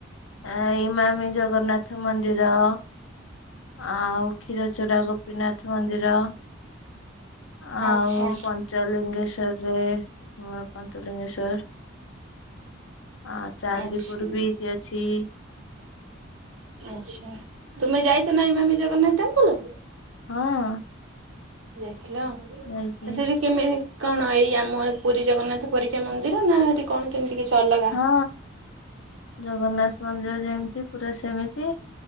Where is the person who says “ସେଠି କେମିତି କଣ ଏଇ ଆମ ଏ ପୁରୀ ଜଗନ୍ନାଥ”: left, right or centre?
Right